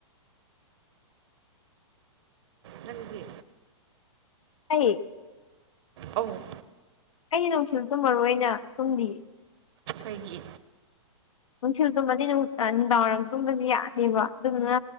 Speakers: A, on the right; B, on the left.
A: ꯅꯪꯒꯤ
B: ꯑꯩ
A: ꯑ <unintelligible> <inaudible>
B: ꯑꯩ ꯅꯨꯡꯁꯤꯜ ꯇꯨꯝꯃꯣꯏꯅ ꯇꯨꯝꯗꯤ
A: ꯑꯩꯈꯣꯏꯒꯤ
B: ꯅꯨꯡꯊꯤꯜ ꯆꯨꯝꯕꯗꯤ ꯅꯨꯡꯗꯥꯡ ꯋꯥꯏꯔꯝ ꯆꯨꯝꯕꯕꯁꯤ ꯌꯥꯅꯦꯦꯕ ꯑꯗꯨꯗꯨꯅ